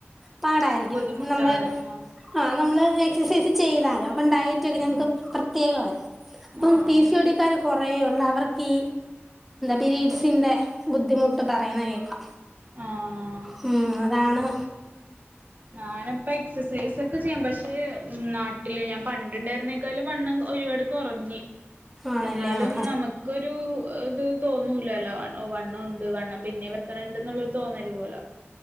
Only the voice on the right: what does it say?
ബുദ്ധിമുട്ടാണ്
ആഹ്
ആണോ
ആഹ്
ആഹ്
ആഹ്
ഞാനിപ്പ എക്സസൈസ് ഒക്കെ ചെയ്യും പക്ഷേ നാട്ടില് ഞാൻ പണ്ട് ഉണ്ടായിരുന്നേക്കാലം വണ്ണം ഒരുപാട് കുറഞ്ഞ്
എന്നാലും
നമുക്കൊരു ഇത് തോന്നൂലല്ലോ വൺ ഓ വണ്ണം ഉണ്ട് വണ്ണം പിന്നെ വെക്കണണ്ട് എന്നുള്ളൊരു തോന്നല് പോല